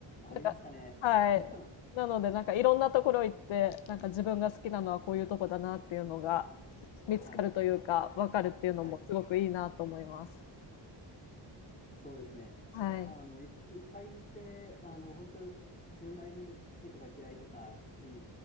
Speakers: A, on the left; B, on the left.
A: なんか、
B: ありましたね。
A: はい。
B: <laughs>
A: なので、なんかいろんなところ行って、なんか自分が好きなのはこういうとこだなっていうのが見つかるというか、
B: はい。
A: わかるっていうのもすごくいいなと思います。
B: はい。そうですね。
A: はい。
B: あの、い、いっぱい行って、あの、本当自分なりに好きとか嫌いとか、い